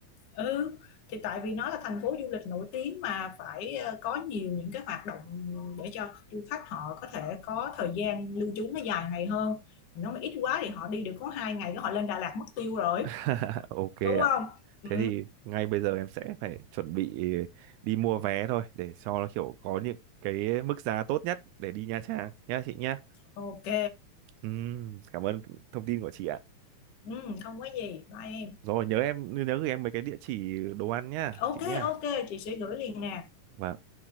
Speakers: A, on the left; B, on the right.
A: ừ thì tại vì nó là thành phố du lịch nổi tiếng mà phải ờ, có nhiều những cái hoạt động để cho du khách họ có thể có thời gian lưu trú nó dài ngày hơn nó mà ít quá thì họ đi được có hai ngày cái họ lên Đà Lạt mất tiêu rồi
B: <laughs> ok
A: đúng
B: ạ
A: không ừ,
B: thế thì ngay bây giờ em sẽ phải chuẩn bị đi mua vé thôi để cho nó kiểu có những cái mức giá tốt nhất để đi Nha Trang nhá chị nhá
A: ok
B: Ừm, cảm ơn thông tin của chị ạ
A: ừ, không có gì bye em
B: rồi nhớ em nhớ gửi em mấy cái địa chỉ đồ ăn nhá
A: ok
B: chị nhá
A: ok chị sẽ gửi liền nè
B: và